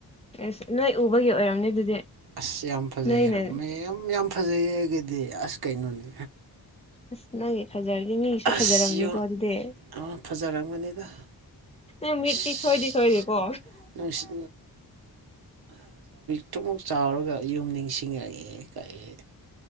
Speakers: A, on the left; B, on the right.
A: ꯑꯦꯁ ꯅꯣꯏ ꯎꯕꯒꯤ ꯑꯣꯏꯔꯝꯅꯦ ꯑꯗꯨꯗꯤ
B: ꯑꯁ ꯌꯥꯝ ꯐꯖꯩꯔꯥ
A: ꯅꯣꯏꯅ
B: ꯃꯌꯥꯝ ꯌꯥꯝ ꯐꯖꯩꯌꯦ ꯑꯩꯒꯗꯤ ꯑꯁ ꯀꯩꯅꯣꯅꯦ
A: ꯑꯁ ꯅꯪꯒꯤ ꯐꯖꯔꯗꯤꯦ ꯃꯤꯁꯨ
B: ꯑꯁ
A: ꯐꯖꯔꯝꯅꯤꯀꯣ
B: ꯌꯣ
A: ꯑꯗꯨꯗꯤ
B: ꯑꯃ ꯐꯖꯔꯝꯒꯅꯤꯗ
A: ꯎ ꯃꯤꯇ
B: ꯑꯁ
A: ꯁꯣꯏꯗꯤ ꯁꯣꯏꯗꯤꯀꯣ
B: ꯅꯨꯡꯁꯤꯠ ꯑꯗꯨꯨꯝꯃꯛ ꯆꯥꯎꯔꯒ ꯌꯨꯝ ꯅꯤꯡꯁꯤꯡꯉꯛꯑꯦ ꯀꯛꯑꯦ